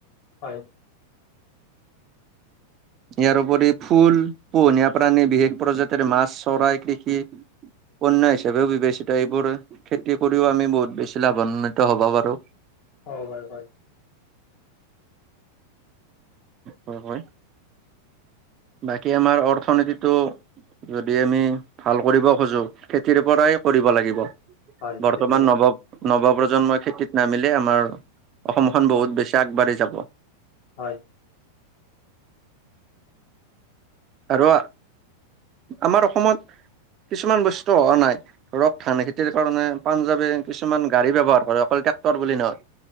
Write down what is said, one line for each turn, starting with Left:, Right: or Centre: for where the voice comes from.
Left: হয়।
Right: ইয়াৰওপৰি ফুল পোহনীয়া প্ৰাণী বিশেষ প্ৰজাতিৰ মাছ চৰাই কৃষি। পন্য হিচাপেও বিবেচিত। এইবোৰ খেতি কৰিও আমি বহুত বেছি লাভান্বিত হ'ব পাৰোঁ।
Left: হ'ব পাৰো হয়।
Right: হয়, হয়। বাকী আমাৰ অৰ্থনীতিটো যদি আমি ভাল কৰিব খোজো। খেতিৰ পৰাই কৰিব লাগিব
Left: হয়
Right: বৰ্তমান
Left: খেতিৰ পৰা
Right: নৱ নৱ প্ৰজন্ম খেতিত নামিলে আমাৰ অসমখন বহুত
Left: হয়
Right: বেছি আগবাঢ়ি যাব।
Left: হয়
Right: আৰু আমাৰ অসমত কিছুমান বস্তু হোৱা নাই ধৰক ধান খেতিৰ কাৰণে পাঞ্জাৱে কিছুমান গাড়ী ব্যৱহাৰ কৰে। অকল তৰ বুলি নহয়।